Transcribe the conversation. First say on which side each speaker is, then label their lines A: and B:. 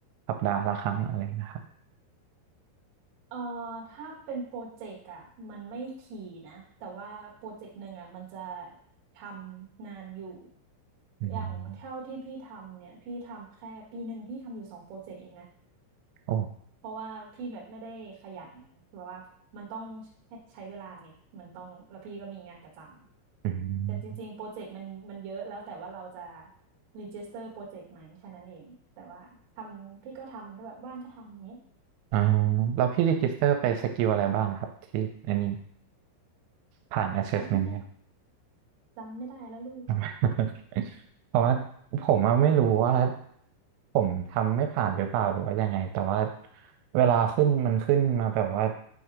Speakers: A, on the right; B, on the right.
A: สัปดาห์ละครั้งอะไรนะครับ
B: เอ่อถ้าเป็นโปรเจกต์อ่ะมันไม่ถี่นะแต่ว่าโปรเจกต์หนึ่งอ่ะมันจะทำนานอยู่
A: อืม
B: อย่างเท่าที่พี่ทำเนี่ยพี่ทำแค่ปีหนึ่งพี่ทำอยู่สองโปรเจกต์เองนะ
A: โอ้
B: เพราะว่าพี่แบบไม่ได้ขยันแบบว่ามันต้องใช้เวลาไงมันต้องแล้วพี่ก็มีงานประจำแต่จริงๆโปรเจกต์มันมันเยอะแล้วแต่ว่าเราจะ
A: อืม
B: รีจิสเตอร์โปรเจกต์ไหมแค่นั้นเองแต่ว่าทำพี่ก็ทำถ้าแบบว่างก็ทำอย่างเงี้ย
A: อ่าแล้วพี่รีจิสเตอร์ไปสกิลอะไรบ้างนะครับที่อันนี้ผ่าน assessment
B: จำไม่จำไม่ได้แล้วลูก
A: <laughs> เพราะว่าผมอะไม่รู้ว่าผมทำไม่ผ่านหรือเปล่าหรือว่ายังไงแต่ว่าเวลาขึ้นมันขึ้นมาแบบว่า